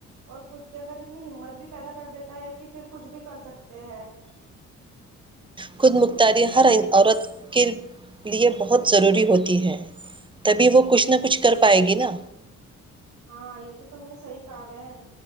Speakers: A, on the right; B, on the right.
A: اور خود کے اندر اتنی ہمت بھی پیدا کر دیتا ہے کہ پھر کچھ بھی کر سکتے ہے
B: خود مختاری ہر عورت کے لے بہت ضروری ہوتی ہے تبھی وہ کچھ نہ کچھ کر پائے گی نا
A: ہاں یہ تو تم نے صحیح کہا بہن